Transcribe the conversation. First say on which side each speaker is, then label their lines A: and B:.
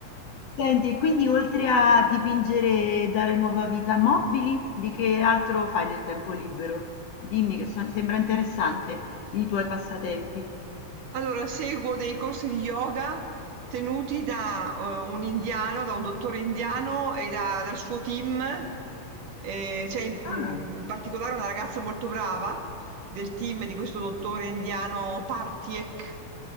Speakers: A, on the left; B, on the right.
A: Senti, e quindi oltre a dipingere e dare nuova vita a mobili, di che altro fai nel tempo libero? Dimmi che so sembra interessante i tuoi passatempi.
B: Allora, seguo dei corsi di yoga tenuti da eh, un indiano, da un dottore indiano e da- dal suo team. Eh, c'è in, mm,
A: Ah,
B: in particolare una ragazza molto brava del team di questo dottore indiano Partiek.